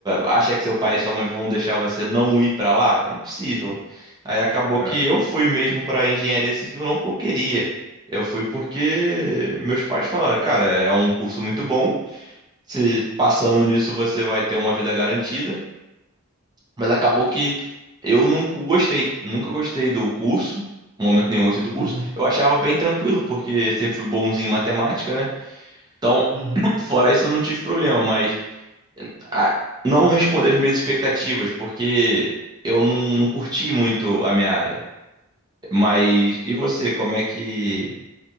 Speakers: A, on the right; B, on the right.
A: acha que seu pai e sua mãe vão deixar você não ir pra lá? É impossível. Aí acabou
B: É.
A: que eu fui mesmo pra engenharia civil não porque eu queria. Eu fui porque meus pais falaram, cara, é um curso muito bom. Se passando nisso você vai ter uma vida garantida. Mas acabou que eu não gostei, nunca gostei do curso. em Momento nenhum gostei do curso.
B: Uhum.
A: Eu achava bem tranquilo, porque sempre fui bonzinho em matemática, né? Então,
B: Uhum.
A: <clears throat> fora isso, eu não tive problema, mas ah, não responder às minhas expectativas, porque eu não, não curti muito a minha área. Mas e você, como é que